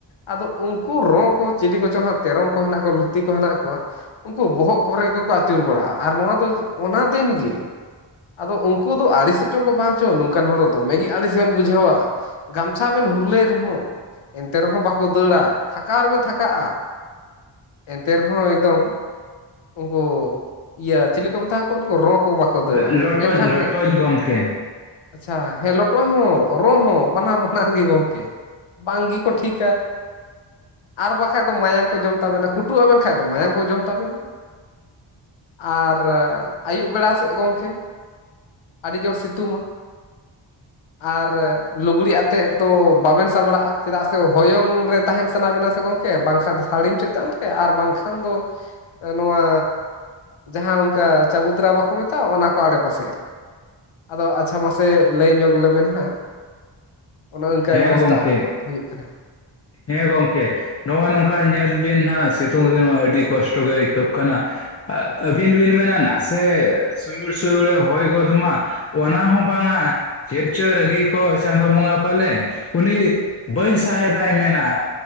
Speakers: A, on the left; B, on the left.
A: ᱟᱫᱚ ᱩᱱᱠᱩ ᱨᱚ ᱠᱚ ᱪᱤᱞᱤ ᱠᱚᱪᱚᱝ ᱦᱟᱸᱜ ᱛᱮᱨᱚᱝ ᱠᱚ ᱦᱮᱱᱟᱜ ᱠ, ᱞᱩᱛᱤ ᱠᱚ ᱦᱮᱱᱟᱜ ᱠᱚᱣᱟ, ᱩᱱᱠᱩ ᱵᱚᱦᱚᱜ ᱠᱚᱨᱮ ᱜᱮᱠᱚ ᱟᱹᱪᱩᱨ ᱵᱟᱲᱟᱜᱼᱟ ᱟᱨ ᱱᱚᱣᱟ ᱫᱚ ᱚᱱᱟ ᱫᱤᱱ ᱜᱮ, ᱟᱫᱚ ᱩᱱᱠᱩ ᱫᱚ ᱟᱹᱲᱤᱥᱚᱜ ᱪᱚᱜ ᱠᱚ ᱵᱟᱝᱪᱚ ᱱᱚᱝᱠᱟᱱ ᱦᱚᱲ ᱫᱚ ᱫᱚᱢᱮ ᱜᱮ ᱟᱹᱲᱤᱥ ᱵᱮᱱ ᱵᱩᱡᱷᱟᱹᱣᱟ᱾ ᱜᱟᱢᱪᱷᱟ ᱵᱮᱱ ᱦᱩᱨᱞᱟᱹᱭ ᱨᱮᱦᱚᱸ ᱮᱱᱛᱮ ᱨᱮᱦᱚᱸ ᱵᱟᱠᱚ ᱫᱟᱹᱲᱟ, ᱛᱷᱟᱠᱟᱣ ᱨᱮᱵᱮᱱ ᱛᱷᱟᱠᱟᱜᱼᱟ᱾ ᱮᱱᱛᱮ ᱨᱮᱦᱚᱸ ᱮᱠᱫᱚᱢ ᱩᱱᱠᱩ ᱤᱭᱟᱹ ᱪᱤᱞᱤ ᱠᱚ ᱢᱮᱛᱟ ᱠᱚᱣᱟ ᱩᱱᱠᱩ ᱨᱚ ᱠᱚ ᱵᱟᱠᱚ ᱫᱟᱹᱲᱟ
B: ᱞᱚᱴᱚᱡ
A: ᱢᱮᱱᱠᱷᱟᱱ
B: ᱞᱚᱴᱚᱡ
A: ᱦᱮᱸ
B: ᱜᱚᱢᱠᱮ
A: ᱟᱪᱷᱟ ᱦᱮᱸ ᱞᱚᱴᱚᱡ ᱦᱚᱸ, ᱨᱚ ᱦᱚᱸ ᱵᱟᱱᱟᱨ ᱵᱟᱱᱟᱨ ᱜᱮ ᱜᱚᱝᱠᱮ᱾ ᱵᱟᱝ ᱜᱤ ᱠᱚ ᱴᱷᱤᱠᱟ᱾ ᱟᱨ ᱵᱟᱠᱷᱟᱡ ᱫᱚ ᱢᱟᱭᱟᱝ ᱠᱚ ᱡᱚᱢ ᱛᱟᱵᱮᱱᱟ, ᱠᱩᱴᱩ ᱟᱵᱮᱱ ᱠᱷᱟᱡ ᱫᱚ ᱢᱟᱭᱟᱢ ᱠᱚ ᱡᱚᱢ ᱛᱟᱵᱮᱱᱟ᱾ ᱟᱨ ᱟᱹᱭᱩᱵ ᱵᱮᱲᱟ ᱥᱮᱫ ᱜᱚᱝᱠᱮ ᱟᱹᱰᱤ ᱡᱳᱨ ᱥᱤᱛᱩᱢᱟ, ᱟᱨ ᱞᱩᱜᱽᱲᱤᱜ ᱟᱛᱮᱫ ᱫᱚ ᱵᱟᱵᱮᱱ ᱥᱟᱢᱲᱟᱜᱼᱟ᱾ ᱪᱮᱫᱟᱜ ᱥᱮ ᱦᱚᱭᱚᱝ ᱨᱮ ᱛᱟᱦᱮᱱ ᱥᱟᱱᱟ ᱵᱮᱱᱟ ᱥᱮ ᱜᱚᱝᱠᱮ ᱵᱟᱝᱠᱷᱟᱱ ᱫᱚ ᱥᱟᱹᱲᱤᱢ ᱪᱮᱛᱟᱱ ᱨᱮ ᱟᱨ ᱵᱟᱝᱠᱷᱟᱱ ᱫᱚ ᱱᱚᱣᱟ ᱡᱟᱦᱟᱸ ᱚᱱᱠᱟ ᱪᱟᱵᱩ ᱛᱟᱨᱟ ᱵᱟᱠᱚ ᱢᱮᱛᱟᱜᱼᱟ ᱚᱱᱟ ᱠᱚ ᱟᱲᱮ ᱯᱟᱥᱮ ᱨᱮ᱾ ᱟᱫᱚ ᱟᱪᱷᱟ ᱢᱟᱥᱮ ᱞᱟᱹᱭ ᱧᱚᱜᱽ ᱞᱮᱵᱮᱱ ᱦᱟᱸᱜ? ᱚᱱᱮ ᱚᱱᱠᱟ
B: ᱦᱮᱸ
A: ᱚᱵᱚᱥᱛᱟ
B: ᱜᱚᱢᱠᱮ
A: ᱦᱩᱭᱩᱜ ᱠᱟᱱᱟ᱾
B: ᱦᱮᱸ ᱜᱚᱢᱠᱮ ᱱᱚᱜᱼᱚᱭ ᱱᱚᱝᱠᱟ ᱧᱮᱞ ᱵᱤᱱ ᱦᱟᱜ ᱥᱤᱛᱩᱝ ᱫᱤᱱᱢᱟ ᱟᱹᱰᱤ ᱠᱚᱥᱴᱚ ᱜᱮ ᱟᱹᱭᱠᱟᱹᱜ ᱠᱟᱱᱟ᱾ ᱟᱹᱵᱤᱱ ᱵᱤᱱ ᱢᱮᱱᱟ ᱱᱟᱥᱮ ᱥᱩᱭᱩᱲ ᱥᱩᱭᱩᱲᱮ ᱦᱚᱭ ᱜᱚᱫ ᱢᱟ ᱚᱱᱟ ᱦᱚᱸ ᱵᱟᱝᱟ ᱪᱮᱫ ᱪᱚᱭ ᱨᱟᱹᱜᱤ ᱟᱠᱚ ᱪᱟᱸᱫᱳ ᱵᱚᱸᱜᱟ? ᱯᱟᱞᱮ ᱩᱱᱤ ᱵᱟᱹᱧ ᱥᱟᱦᱮᱫᱟᱭ ᱢᱮᱱᱟ